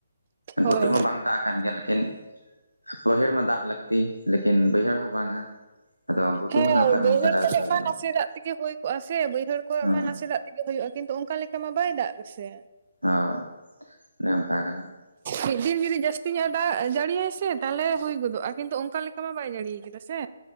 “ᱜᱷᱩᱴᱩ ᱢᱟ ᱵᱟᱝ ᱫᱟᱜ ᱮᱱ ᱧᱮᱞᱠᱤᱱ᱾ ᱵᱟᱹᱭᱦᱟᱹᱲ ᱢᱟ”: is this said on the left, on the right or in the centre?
Right